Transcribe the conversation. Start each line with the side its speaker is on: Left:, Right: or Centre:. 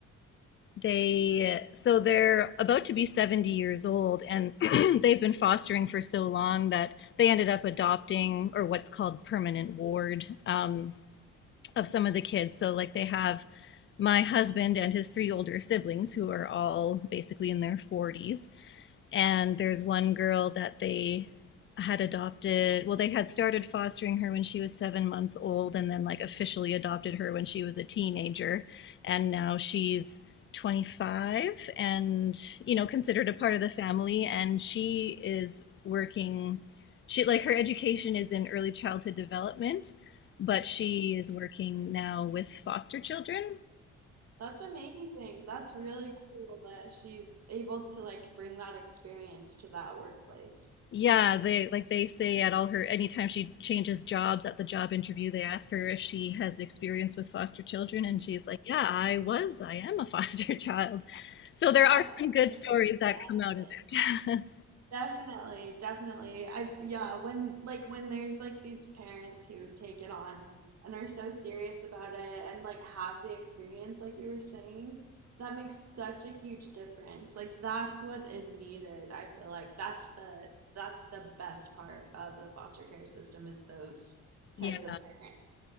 Left: they so they're about to be 70 years old and <clears throat> they've been fostering for so long that they ended up adopting or what's called permanent ward um, of some of the kids. So like they have my husband and his three older siblings who are all basically in their 40s and there's one girl that they had adopted well they had started fostering her when she was seven months old and then like officially adopted her when she was a teenager and now she's 25 and you know considered a part of the family and she is working she like her education is in early childhood development but she is working now with foster children
Right: That's amazing. That's really cool that she's able to like bring that experience to that workplace.
Left: Yeah, they like they say at all her anytime she changes jobs at the job interview, they ask her if she has experience with foster children, and she's like, "Yeah, I was. I am a foster <laughs> child." So there are
Right: That's
Left: some good
Right: such
Left: stories
Right: a
Left: that
Right: bad
Left: come out
Right: thing.
Left: of it. <laughs>
Right: Definitely, definitely. I yeah, when like when there's like these parents who take it on and are so serious about it and like have the experience like you were saying, that makes such a huge difference. Like that's what is needed. I feel like that's the that's the best part of the foster care system is those
Left: Yeah.
Right: types of parents.